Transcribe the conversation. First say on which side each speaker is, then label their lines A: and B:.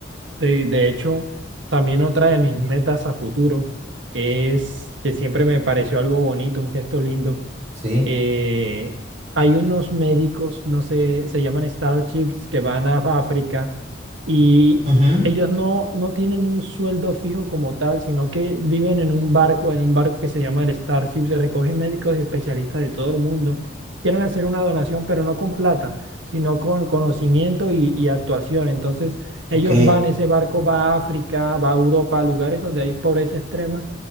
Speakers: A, on the right; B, on the right.
A: Sí, de hecho, también otra de mis metas a futuro es que siempre me pareció algo bonito, un gesto lindo,
B: ¿sí?
A: eh, hay unos médicos, no sé, se llaman Starships, que van a África y
B: Ujú.
A: ellos no, no tienen un sueldo fijo como tal, sino que viven en un barco, en un barco que se llama el Starship, se recogen médicos y especialistas de todo el mundo. Quieren hacer una donación, pero no con plata, sino con conocimiento y, y actuación. Entonces,
B: Ok,
A: ellos van, ese barco va a África, va a Europa, a lugares donde hay pobreza extrema,